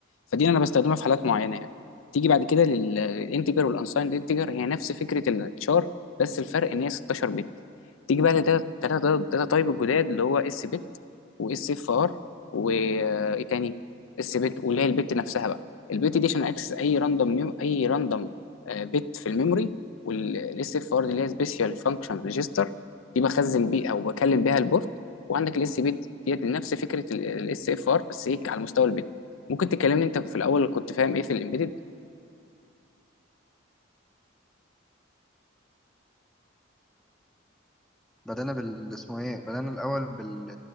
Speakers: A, on the left; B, in the centre.
A: فدي انا بستخدمها في حالات معينه يعني. تيجي بعد كده للانتجر والانسايند انتجر هي نفس فكره التشار بس الفرق ان هي 16 بت تيجي بقى لداتا داتا داتا تايب الجداد اللي هو اس بت واس اف ار وايه تاني اس بت واللي هي البت نفسها بقى البت دي عشان اكسس اي راندوم ميم... اي راندوم بت في الميموري والاس اف ار دي اللي هي سبيشال فانكشن ريجستر دي بخزن بيه او بكلم بيها البورت وعندك الاس بت ديت نفس فكره الاس اف ار بس هيك على مستوى البت ممكن تكلمني انت في الاول كنت فاهم ايه في الامبيدد
B: بدأنا بال اسمه ايه بدأنا الأول بال